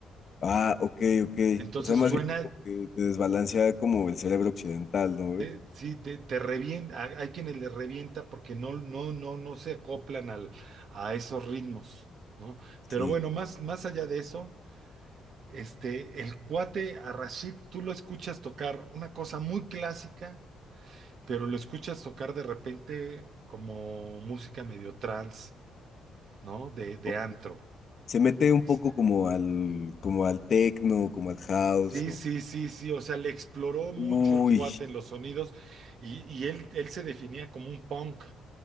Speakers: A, on the left; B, on the right.
A: Ah, ok, ok.
B: Entonces
A: O sea, más
B: suena,
A: bien como que te desbalancea como el cerebro occidental, ¿no, güey?
B: te- sí, te, te revienta, hay hay quienes le revienta porque no, no, no, no se acoplan al, a esos ritmos, ¿no?
A: Sí.
B: Pero bueno, más, más allá de eso, este, el cuate a Rashid, tú lo escuchas tocar una cosa muy clásica, pero lo escuchas tocar de repente como música medio trance, ¿no? De, de
A: O-
B: antro.
A: Se mete un poco
B: Este,
A: como al, como al techno, como al house,
B: Sí,
A: o...
B: sí, sí, sí, o sea, le exploró mucho
A: Uy,
B: el cuate en los sonidos y, y él, él se definía como un punk.